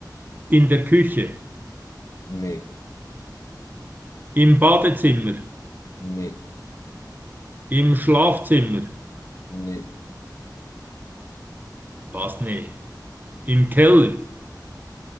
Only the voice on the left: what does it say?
Nee,
nee,
nee.